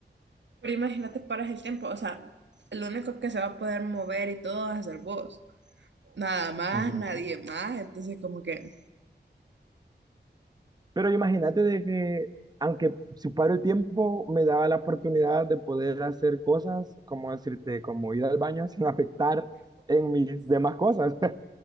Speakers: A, on the right; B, on the right.
A: Pero imagínate, paras el tiempo, o sea, lo único que se va a poder mover y todo va a ser vos. Nada más,
B: Ujú.
A: nadie más. Entonces, como que,
B: Pero imagínate de que, aunque suparo el tiempo, me daba la oportunidad de poder hacer cosas, como decirte, como ir al baño sin afectar en mis demás cosas. <laughs>